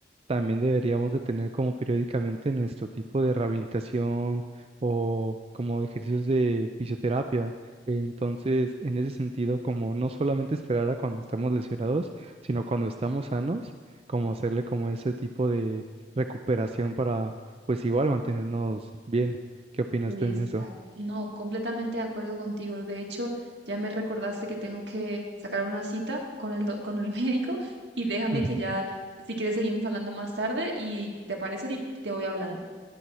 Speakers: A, on the right; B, on the right.
A: También deberíamos de tener como periódicamente nuestro tipo de rehabilitación o como ejercicios de fisioterapia. Entonces, en ese sentido, como no solamente esperar a cuando estamos lesionados, sino cuando estamos sanos, como hacerle como ese tipo de recuperación para, pues igual mantenernos bien. ¿Qué opinas
B: Exacto.
A: tú en eso?
B: No, completamente de acuerdo contigo. De hecho, ya me recordaste que tengo que sacar una cita con el, do- con el <laughs> médico y déjame
A: Ujú.
B: que ya, si quieres, seguimos hablando más tarde y te parece y te voy hablando.